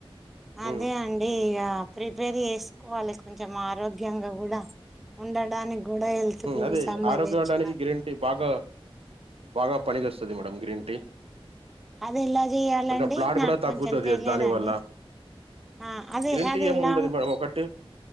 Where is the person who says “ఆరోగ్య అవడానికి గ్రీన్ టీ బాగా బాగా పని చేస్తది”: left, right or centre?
Right